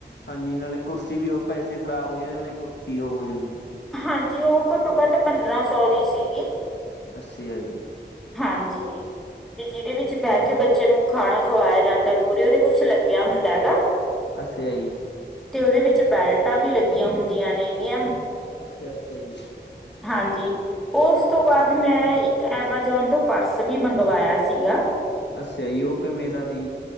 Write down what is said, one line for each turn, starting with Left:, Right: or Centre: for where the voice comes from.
Left: ਹਾਂਜੀ, ਨਾਲੇ ਕੁਰਸੀ ਵੀ ਉਹ ਪੈਸੇ ਖ਼ਰਾਬ ਹੋ ਜਾਂਦੇ, ਨਾਲੇ ਕੁਰਸੀ ਉਹ ਹੋ ਜਾਂਦੀ।
Centre: ਹਾਂਜੀ ਉਹ ਘੱਟੋ-ਘੱਟ ਪੰਦਰਾਂ ਸੌ ਦੀ ਸੀਗੀ।
Left: ਅੱਛੇ ਆ ਜੀ।
Centre: ਹਾਂਜੀ। ਤੇ ਜਿਹਦੇ ਵਿੱਚ ਬਹਿ ਕੇ ਬੱਚੇ ਨੂੰ ਖਾਣਾ ਖਵਾਇਆ ਜਾਂਦਾ ਪੂਰੇ ਉਹਦੇ ਕੁਛ ਲੱਗਿਆ ਹੁੰਦਾ ਹੈਗਾ।
Left: ਅੱਛਾ ਆ ਜੀ।
Centre: ਤੇ ਓਦੇ ਵਿੱਚ ਬੈਲਟਾਂ ਵੀ ਲੱਗੀਆਂ ਹੁੰਦੀਆਂ ਨੇਗੀਆਂ।
Left: ਅੱਛਾ ਅੱਛਾ ਈ।
Centre: ਹਾਂਜੀ ਓਸ ਤੋਂ ਬਾਅਦ ਮੈਂ ਇੱਕ ਐਮਾਜੋਨ ਤੋਂ ਪਰਸ ਵੀ ਮੰਗਵਾਇਆ ਸੀਗਾ।
Left: ਅੱਛਿਆ ਈ ਓ ਕਿਵੇਂ ਦਾ ਦੀ।